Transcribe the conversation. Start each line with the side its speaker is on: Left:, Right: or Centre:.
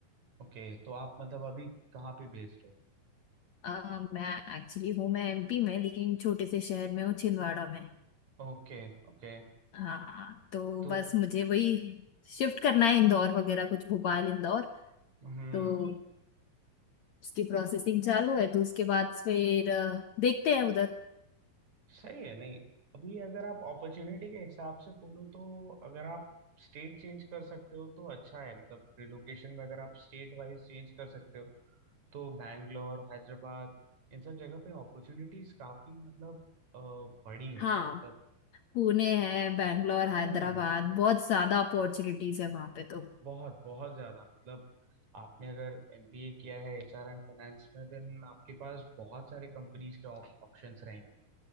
Right: ओके तो आप मतलब अभी कहाँ पे बेस्ड हो
Left: आ, मैं एक्चुअली हूँ मैं एमपी में लेकिन छोटे से शहर में हूँ छिंदवाड़ा में
Right: ओके ओके
Left: हाँ तो
Right: तो
Left: बस मुझे वही शिफ्ट करना है इंदौर वगैरह कुछ भोपाल इंदौर
Right: हम्म
Left: तो उसकी प्रोसेसिंग चालू है तो उसके बाद फिर अ, देखते हैं उधर
Right: सही है नहीं अभी अगर आप अपॉर्चुनिटी के हिसाब से बोलो तो अगर आप स्टेट चेंज कर सकते हो तो अच्छा है मतलब रिलोकेशन में अगर आप स्टेट वाइज चेंज कर सकते हो तो बैंगलोर हैदराबाद इन सब जगह पे अपॉर्चुनिटीज काफी मतलब अ, बड़ी है
Left: हाँ
Right: मतलब
Left: पुणे है बैंगलोर हैदराबाद
Right: हम्म
Left: बहुत ज्यादा अपॉर्चुनिटीज है वहां पे तो
Right: बहुत बहुत ज्यादा मतलब आपने अगर एमबीए किया है एचआर एंड फाइनेंस में देन आपके पास बहुत सारे कंपनीज के ऑप्शंस रहेंगे